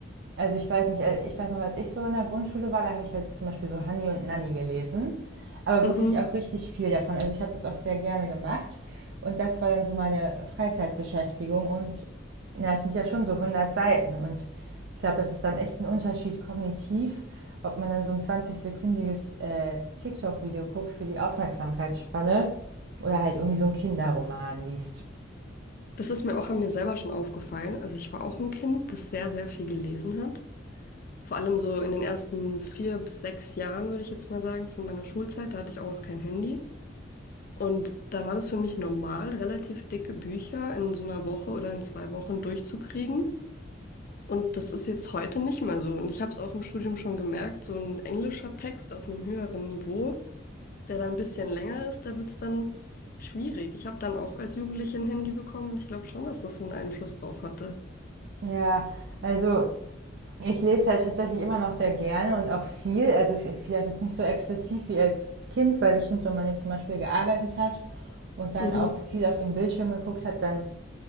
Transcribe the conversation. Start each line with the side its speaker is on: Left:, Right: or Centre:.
Right: Also ich weiß nicht, äh, ich weiß noch, als ich so in der Grundschule war, da habe ich halt zum Beispiel so Hanni und Nanni gelesen, aber
Left: Mhm.
Right: wirklich auch richtig viel davon. Also ich habe das auch sehr gerne gemacht und das war dann so meine Freizeitbeschäftigung und na, es sind ja schon so hundert Seiten und ich glaube, das ist dann echt ein Unterschied kognitiv, ob man dann so ein 20-sekündiges äh, TikTok-Video guckt für die Aufmerksamkeitsspanne oder halt irgendwie so einen Kinderroman liest.
Left: Das ist mir auch an mir selber schon aufgefallen. Also ich war auch ein Kind, das sehr, sehr viel gelesen hat. Vor allem so in den ersten vier bis sechs Jahren, würde ich jetzt mal sagen, von meiner Schulzeit, da hatte ich auch noch kein Handy. Und da war das für mich normal, relativ dicke Bücher in so einer Woche oder in zwei Wochen durchzukriegen. Und das ist jetzt heute nicht mehr so. Und ich habe es auch im Studium schon gemerkt, so ein englischer Text auf einem höheren Niveau, der dann ein bisschen länger ist, da wird es dann schwierig. Ich habe dann auch als Jugendliche ein Handy bekommen und ich glaube schon, dass das einen Einfluss drauf hatte.
Right: Ja, also Ich lese halt tatsächlich immer noch sehr gerne und auch viel, also vielleicht jetzt nicht so exzessiv wie als Kind, weil ich finde, wenn man jetzt zum Beispiel gearbeitet hat und dann
Left: Mhm.
Right: auch viel auf dem Bildschirm geguckt hat, dann,